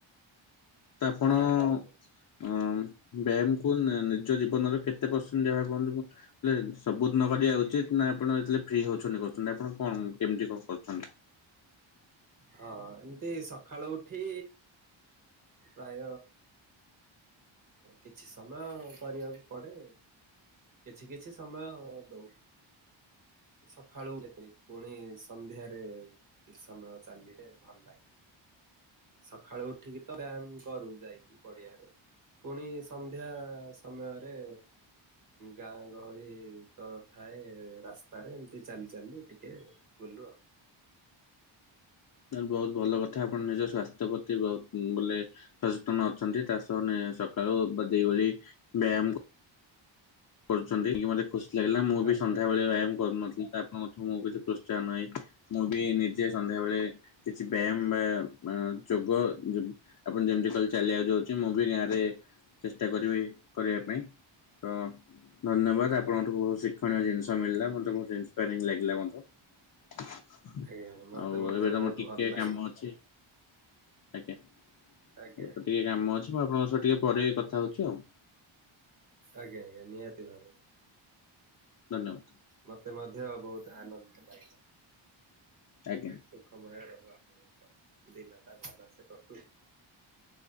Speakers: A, on the left; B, on the right.
A: ତ ଆପଣ
B: ଆଜ୍ଞା
A: ଅ
B: ଆଜ୍ଞା
A: ବ୍ୟାୟାମ କୁ ନିଜ ଜୀବନରେ କେତେ ପରସେଣ୍ଟ ଦେବା କୁହନ୍ତୁ। ସବୁଦିନ କରିବା ଉଚିତ ନା ଆପଣ ଯେତେବେଳେ ଫ୍ରି ହଉଛନ୍ତି କରୁଛନ୍ତି। ଆପଣ କଣ କେମିତି କଣ କରଛନ୍ତି?
B: ହଁ ଏମିତି ସକାଳୁ ଉଠି ପ୍ରାୟ କିଛି ସମୟ କରିବାକୁ ପଡେ। କିଛି କିଛି ସମୟ ଦଉ ସକାଳୁ <unintelligible> ପୁଣି ସନ୍ଧ୍ୟାରେ କିଛି ସମୟ ଚାଲିଲେ ଭଲ ଲାଗେ।
A: <inaudible>
B: ସକାଳୁ ଉଠିକି ତ ବ୍ୟାୟାମ କରୁ ଯାଇକି ପଡିଆରେ। ପୁଣି ସନ୍ଧ୍ୟା ସମୟରେ ଗାଁ ଗହଳି ତ ଥାଏ ରାସ୍ତା। ତାର ଏମିତି ଚାଲି ଚାଲି ଟିକେ ବୁଲୁ ଆଉ।
A: ବହୁତ ଭଲ କଥା ଆପଣ ନିଜ ସ୍ୱାସ୍ଥ୍ୟ ପ୍ରତି ବହୁତ ବୋଲେ ସଚେତନ ଅଛନ୍ତି ତା ସହ <unintelligible> ବ୍ୟାୟାମ କରୁଛନ୍ତି କି ମୋତେ ଖୁସି ଲାଗିଲା। ମୁଁ ବି
B: ଆଜ୍ଞା
A: ସନ୍ଧ୍ୟାବେଳେ ବ୍ୟାୟାମ କରୁନଥିଲି। ତ ଆପଣଙ୍କଠୁ ମୁଁ କିଛି ଉତ୍ସାହ ନାହିଁ ମୁଁ ବି ନିଜେ ସନ୍ଧ୍ୟାବେେଳେ କିଛି ବ୍ୟାୟାମ ବା ଯୋଗ ଆପଣ ଯେମିତି କହିଲ ଚାଲିବାକୁ ଯାଉଛି ମୁଁ ବି ଗାଁରେ ଚେଷ୍ଟା କରିବି କରିବା ପାଇଁ। ତ ଧନ୍ୟବାଦ ଆପଣଙ୍କଠୁ ବହୁତ ଶିକ୍ଷଣୀୟ ଜିନିଷ ମିଳିଲା ମତେ ବହୁତ ଇନ୍ସପାରିଙ୍ଗ ଲାଗିଲା ମୋତେ।
B: ଆଜ୍ଞା ମତେ
A: ଆଉ
B: ମଧ୍ୟ
A: ଏବେ ତମର
B: ବହୁତ
A: ଟିକେ
B: ଭଲ ଲାଗିଲା
A: କାମ ଅଛି। ଆଜ୍ଞା
B: ଆଜ୍ଞା
A: ଗଟେ
B: ଆଜ୍ଞା।
A: ଟିକେ କାମ ଅଛି ମୁଁ ଆପଣଙ୍କ ସହ ଟିକେ ପରେ କଥା ହଉଛୁ ଆଉ।
B: ଆଜ୍ଞା ଆଜ୍ଞା ନିହାତି ଭାବରେ
A: ଧନ୍ୟବାଦ।
B: ମତେ ମଧ୍ୟ ବହୁତ ଆନନ୍ଦ ଲାଗିଲା।
A: ଆଜ୍ଞା।
B: ସୁଖମୟ ରହୁ ଆପଣଙ୍କ ଦିନ ଟା ଭଲସେ କଟୁ।